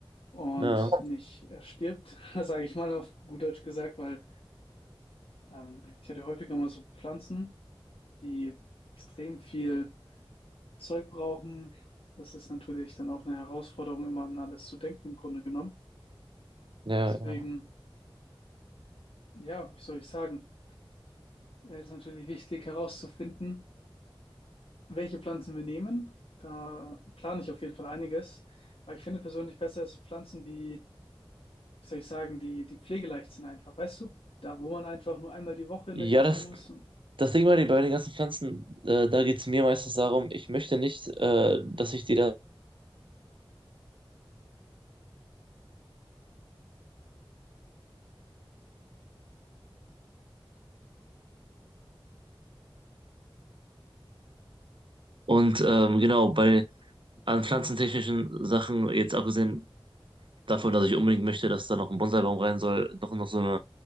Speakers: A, on the left; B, on the right.
A: und
B: Ja,
A: nicht äh, stirbt, <laughs> sage ich mal auf gut Deutsch gesagt, weil ähm, ich hatte häufiger mal so Pflanzen, die extrem viel Zeug brauchen. Das ist natürlich dann auch eine Herausforderung, immer an alles zu denken, im Grunde genommen.
B: ja.
A: Deswegen,
B: Ja,
A: ja, wie soll ich sagen, äh, ist natürlich wichtig herauszufinden, welche Pflanzen wir nehmen. Da plane ich auf jeden Fall einiges, weil ich finde persönlich besser ist so Pflanzen, die, wie soll ich sagen, die, die pflegeleicht sind einfach, weißt du? Da, wo man einfach nur einmal die Woche in
B: Ja,
A: der gießen
B: das,
A: muss und
B: Das Ding war, die- bei den ganzen Pflanzen, äh, da geht es mir meistens darum, ich möchte nicht, äh, dass ich die da. Und ähm, genau, bei an pflanzentechnischen Sachen, jetzt abgesehen davon, dass ich unbedingt möchte, dass da noch ein Bonsaibaum rein soll, noch, noch so eine